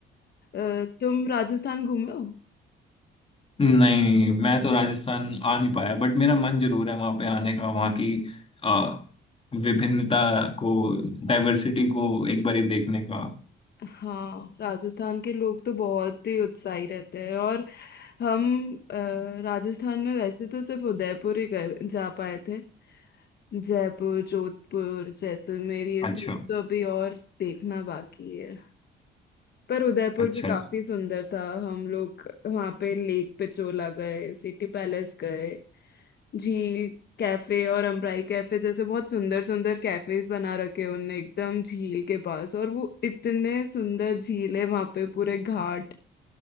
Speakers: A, on the left; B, on the left.
A: अ, तुम राजस्थान घूमे हो
B: नहीं मैं तो राजस्थान आ नहीं पाया बट मेरा मन जरूर है वहां पे आने का वहां की अ, विभिन्नता को डाइवर्सिटी को एक बार ही देखने का
A: हाँ राजस्थान के लोग तो बहुत ही उत्साही रहते हैं और हम अ, राजस्थान में वैसे तो सिर्फ उदयपुर ही गए जा पाए थे जयपुर जोधपुर जैसलमेर ये सब
B: अच्छा
A: तो अभी और देखना बाकी है पर उदयपुर
B: अच्छा
A: भी काफी सुंदर था हम लोग वहां पे लेक पिचोला गए सिटी पैलेस गए झील कैफे और अम्ब्राई कैफे जैसे बहुत सुंदर सुंदर कैफेज बना रखे उनने एकदम झील के पास और वो इतने सुंदर झील है वहां पे पूरे घाट